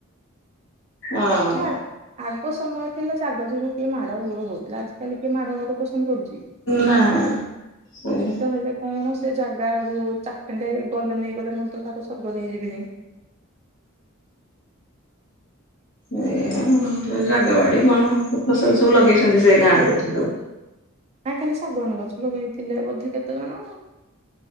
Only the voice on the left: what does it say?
ଆଉ
ନାଁ। ସେୟା।
ଏ ଏ ଜାଗା ବାଡି କଣ ଫସଲ ସବୁ ଲଗେଇଛନ୍ତି ସେ ଗାଁ ରେ ବୋଧେ ସବୁ।